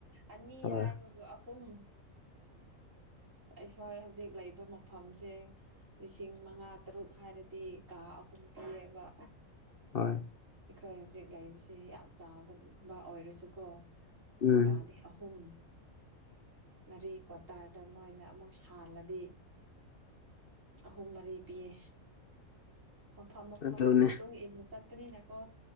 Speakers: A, on the right; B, on the left.
A: ꯑꯅꯤ
B: ꯍꯣꯏ
A: ꯍꯥꯏꯕꯕꯨ ꯎ ꯑꯩꯈꯣꯏ ꯍꯧꯖꯤꯛ ꯂꯩꯕ ꯃꯐꯝꯁꯦ ꯂꯤꯁꯤꯡ ꯃꯉꯥ ꯇꯔꯨꯛ ꯍꯥꯏꯔꯗꯤ ꯀꯥ ꯑꯍꯨꯝ ꯄꯤꯌꯦꯕ
B: ꯍꯣꯏ
A: ꯑꯩꯈꯣꯏ ꯍꯧꯖꯤꯛ ꯂꯩꯁꯦ ꯌꯥꯝ ꯆꯥꯎꯗꯕ ꯑꯣꯏꯔꯁꯨꯀꯣ
B: ꯎꯝ
A: ꯀꯥꯗꯤ ꯑꯍꯨꯝ ꯃꯔꯤ ꯀ꯭ꯋꯥꯇꯥꯔꯗ ꯃꯣꯏꯅ ꯑꯃꯨꯛ ꯁꯥꯜꯂꯗꯤ ꯑꯍꯨꯝ ꯃꯔꯤ ꯄꯤꯌꯦ ꯃꯐꯝ ꯃꯐꯝꯒꯤ
B: ꯑꯗꯨꯅꯦ
A: ꯃꯇꯨꯡ ꯏꯟꯅ ꯆꯠꯄꯅꯤꯅꯀꯣ